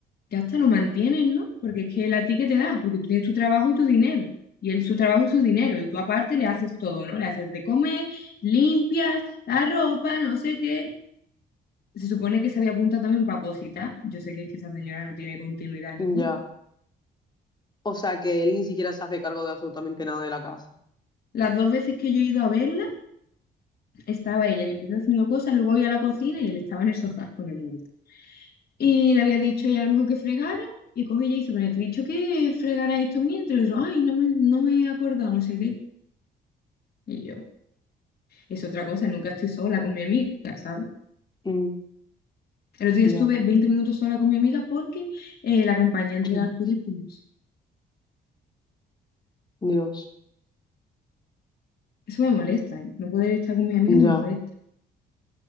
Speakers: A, on the left; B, on the left.
A: ya hasta lo mantienen, ¿no? Porque es que él a ti que te da, porque tú tienes tu trabajo y tu dinero, y él su trabajo y su dinero, y tú aparte le haces todo, ¿no? Le haces de comer, limpias, la ropa, no sé qué. Se supone que se había apuntado también para opositar. Yo sé que es que esa señora no tiene continuidad ninguna.
B: Ya. O sea que él ni siquiera se hace cargo de absolutamente nada de la casa.
A: Las dos veces que yo he ido a verla, estaba ella limpiando haciendo cosas, luego voy a la cocina y él estaba en el sofá con el móvil. Y le había dicho ella a lo mejor que fregara, y coge ella y dice, bueno, te he dicho que fregara esto mientras, y yo, ay, no me, no me he acordado, no sé qué. Y yo, Es otra cosa, nunca estoy sola con mi amiga, ¿sabes?
B: Mm,
A: El otro día
B: ya.
A: estuve 20 minutos sola con mi amiga porque eh, la acompañé a entregar
B: <clears throat>
A: currículums.
B: Dios.
A: Eso me molesta, ¿eh? No poder estar con mis amigas
B: Ya.
A: me molesta.